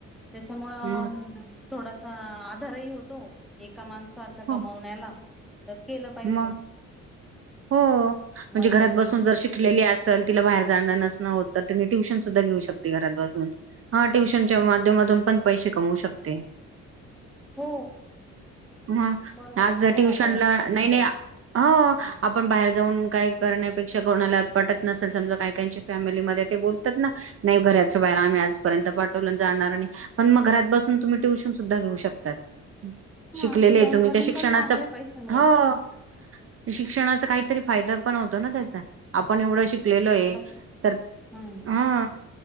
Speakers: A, in the centre; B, on the right.
A: त्याच्यामुळं
B: मग
A: थोडासा आ धरही होतो एका माणसाच्या
B: हो
A: कमवण्याला. तर केलं पाहिजे.
B: मग हो, म्हणजे
A: महिलांनी
B: घरात बसून जर शिकलेली असेल तिला बाहेर जाणं नस हो त तुमी ट्युशन सुद्धा घेऊ शकते घरात बसून. हां ट्युशन च्या माध्यम उदमातून पण पैसे कमवू शकते.
A: हो
B: हां
A: बरोबर
B: आज
A: आहे घरामध्ये
B: ट्युशनला
A: ट्युशन
B: नई-नई
A: घे.
B: आ हो आपण बाहेर जाऊन काय करण्यापेक्षा कोणाला पटत नसेल समजा काय कायंचे फॅमिलीमध्ये ते लतात ना नाही घरात. च्या बाहेर आमी आजपर्यंत पाठवलं जाणार नई, पण मग घरात बस तुम्ही ट्युशन सुद्धा घेऊ शक तात
A: हा
B: शिकलेले
A: शिकवणी
B: ए तुम्ही
A: मधून
B: त्या शिक्षणाचं
A: पण चांगले पैसे मिळतात
B: हो, शिक्षणाचा काहीतरी फायदा पण होतो ना त्याचा. पण एवढं शिकलेलो
A: शिक्षणाच
B: ए तर
A: हम्म
B: हं.